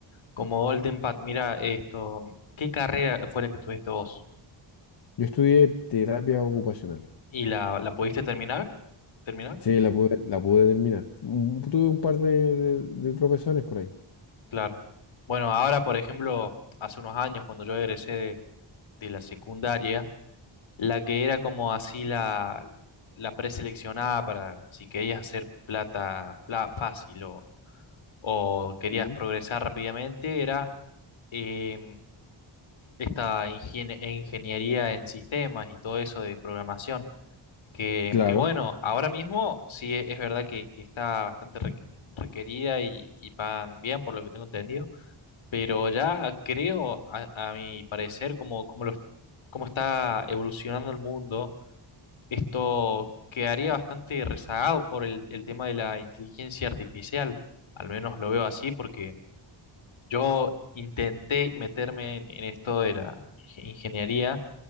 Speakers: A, on the left; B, on the left.
A: como Golden Path. mira esto, ¿qué carrera fue la que estudiaste vos?
B: Yo estudié terapia ocupacional.
A: ¿Y la, la pudiste terminar? ¿Terminar?
B: Sí, la pude, la pude terminar. Mm, Tuve un par de de- de tropezones por ahí.
A: Claro. Bueno, ahora, por ejemplo, hace unos años cuando yo egresé de de la secundaria, La que era como así la, la preseleccionada para si querías hacer plata fla- fácil o, o querías
B: Mm.
A: progresar rápidamente era em, esta ingenie- ingeniería en sistemas y todo eso de programación. Que,
B: Claro.
A: que bueno, ahora mismo sí es, es verdad que, que está bastante requ- requerida y, y pagan bien por lo que tengo entendido, pero ya creo, a, a mi parecer, como, como, los- cómo está evolucionando el mundo esto quedaría bastante rezagado por el, el tema de la inteligencia artificial. Al menos lo veo así porque yo intenté meterme en, en esto de la inge- ingeniería,